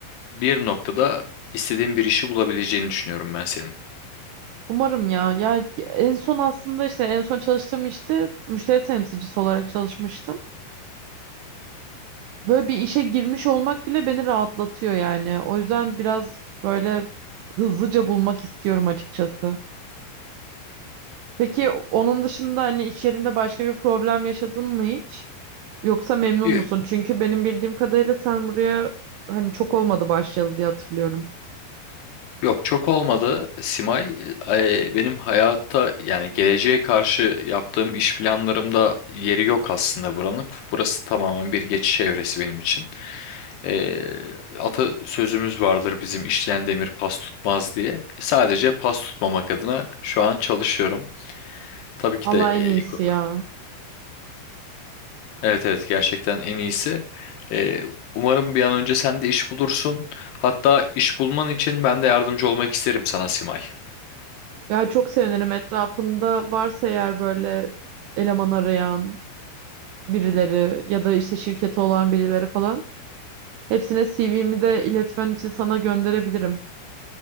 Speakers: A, on the left; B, on the right.
A: bir noktada istediğin bir işi bulabileceğini düşünüyorum ben senin.
B: Umarım ya. Ya en son aslında işte en son çalıştığım işte müşteri temsilcisi olarak çalışmıştım. Böyle bir işe girmiş olmak bile beni rahatlatıyor yani. O yüzden biraz böyle hızlıca bulmak istiyorum açıkçası. Peki onun dışında hani iş yerinde başka bir problem yaşadın mı hiç? Yoksa memnun
A: Yo,
B: musun? Çünkü benim bildiğim kadarıyla sen buraya hani çok olmadı başlayalı diye hatırlıyorum.
A: Yok çok olmadı. Simay e, benim hayatta yani geleceğe karşı yaptığım iş planlarımda yeri yok aslında buranın. Burası tamamen bir geçiş evresi benim için. E, ata sözümüz vardır bizim işleyen demir pas tutmaz diye. Sadece pas tutmamak adına şu an çalışıyorum. Tabii ki
B: Allah
A: de e,
B: en iyisi
A: eko-
B: ya.
A: evet evet gerçekten en iyisi. E, umarım bir an önce sen de iş bulursun. Hatta iş bulman için ben de yardımcı olmak isterim sana Simay.
B: Ya çok sevinirim etrafında varsa eğer böyle eleman arayan birileri ya da işte şirketi olan birileri falan. Hepsine CV'mi de iletmen için sana gönderebilirim.